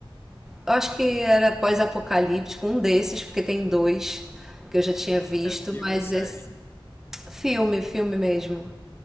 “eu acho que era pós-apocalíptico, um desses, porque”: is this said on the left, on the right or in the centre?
Centre